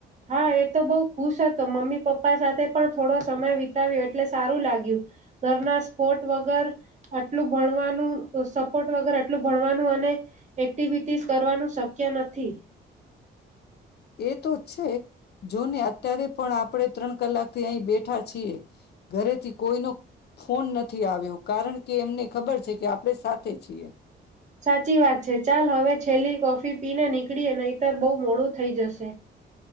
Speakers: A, on the right; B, on the left.
A: હા એ તો બહુ ખુશ હતો મમ્મી પપ્પા સાથે પણ થોડો સમય વિતાવ્યો એટલે સારું લાગ્યું ઘરના સ્પોર્ટ વગર આટલું ભણવાનું સપોર્ટ વગર આટલું ભણવાનું અને એક્ટિવિટીસ કરવાનું શક્ય નથી.
B: એ તો છે જોને અત્યારે પણ આપણે. ત્રણ કલાકથી અહી બેઠા છીએ ઘરેથી કોઈનો ફોન નથી આવ્યો કારણ કે એમને ખબર છે કે આપણે સાથે છીએ.
A: સાચી વાત છે ચાલ હવે છેલ્લી કોફી પીને નીકળી અને ઈતર બહુ મોડું થઈ જશે.